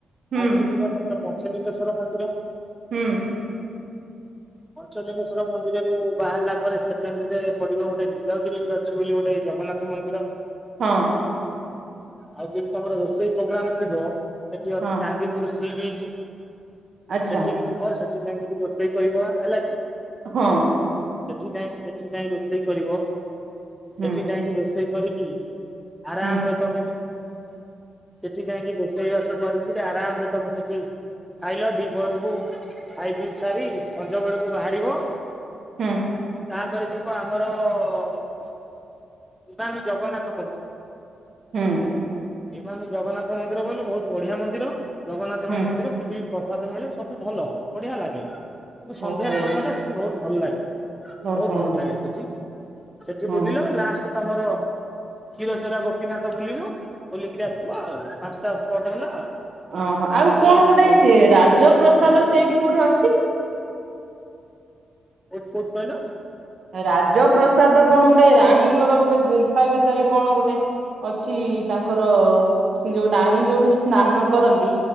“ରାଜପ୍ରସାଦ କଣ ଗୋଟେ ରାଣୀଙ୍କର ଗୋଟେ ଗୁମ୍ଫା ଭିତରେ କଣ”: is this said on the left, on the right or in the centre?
Right